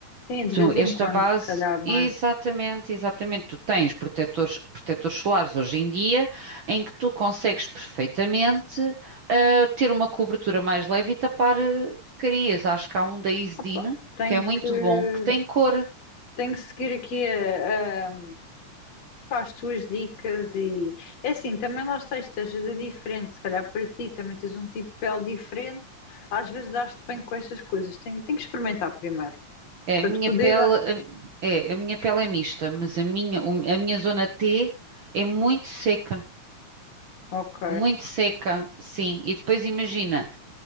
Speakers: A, on the left; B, on the right.
A: Sim, de
B: Então,
A: vez em
B: esta
A: quando,
B: base,
A: se calhar, não
B: exatamente,
A: é?
B: exatamente, tu tens protetores, protetores solares hoje em dia, em que tu consegues perfeitamente ah, ter uma cobertura mais leve e tapar ah, porcarias. Acho que há um da Isdin,
A: Opa, tenho
B: que é muito
A: que,
B: bom, que tem cor.
A: tenho que seguir aqui a, a- pá, as tuas dicas e é assim, também lá está, isto às vezes é diferente, se calhar para ti também tens um tipo de pele diferente, às vezes dás-te bem com estas coisas, tenho, tenho que experimentar primeiro,
B: É,
A: para
B: a minha
A: te poder
B: pele,
A: dar.
B: a- é, a minha pele é mista, mas a minha, o- a minha zona T é muito seca.
A: Ok.
B: Muito seca, sim. E depois imagina,